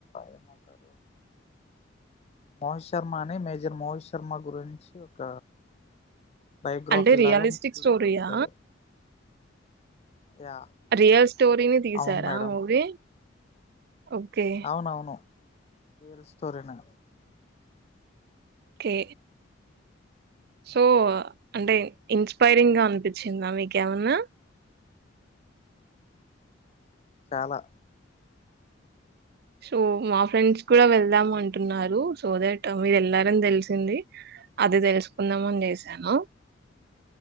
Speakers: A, on the left; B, on the right.
A: ఏమంటారు మోహిత్ శర్మ అని మేజర్ మోహిత్ శర్మ గురించి ఒక బయోగ్రఫీ
B: అంటే రియలిస్టిక్
A: లాగా ఫిల్మ్
B: స్టోరీయా
A: చేశారు యా
B: రియల్ స్టోరీని తీసారా
A: అవును మేడం
B: మూవీ ఓకే
A: అవునవును రియల్ స్టోరీనే
B: కే సో అంటే ఇన్స్పైరింగ్ గా అనిపించిందా మీకేమన్నా
A: చాలా
B: సో మా ఫ్రెండ్స్ కూడా వెళ్దాం అంటున్నారు సో దట్ మీరు వెళ్లారని తెలిసింది అదే తెలుసుకు కుందామని చేసాను